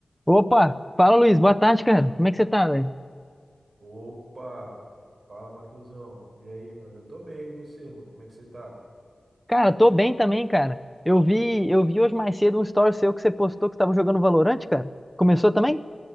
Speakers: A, in the centre; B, on the right.
A: Opa, fala Luiz, boa tarde, cara. Como é que você tá, velho?
B: Opa! Fala, Matheusão. E aí, mano? Eu tô bem, e você, mano? Como é que você tá?
A: Cara, tô bem também, cara. Eu vi, eu vi hoje mais cedo um story seu que você postou que você tava jogando Valorant, cara. Começou também?